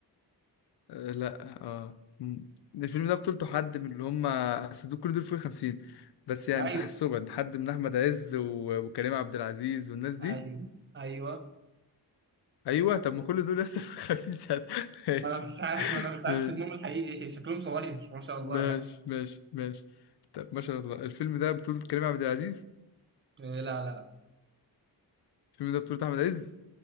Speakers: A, on the left (about 70°); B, on the right (about 30°).
A: آه لا اه مم. الفيلم ده بطولته حد من اللي هم أصل دول- كل دول فوق الخمسين بس يعني
B: ايوه
A: تحسبا حد من أحمد عز و... وكريم عبد العزيز والناس دي
B: ايوه ايوه
A: أيوه طب ما كل دول لسه في الخمسين سنة <laughs> ماشي
B: انا مش عارف انا مش عارف
A: ماشي
B: سنهم الحقيقي ايه شكلهم صغير ما شاء الله
A: ماشي
B: يعني
A: ماشي ماشي طب ما شاء الله الفيلم ده بطولة كريم عبد العزيز
B: إيه، لا لا لا
A: الفيلم ده بطولة أحمد عز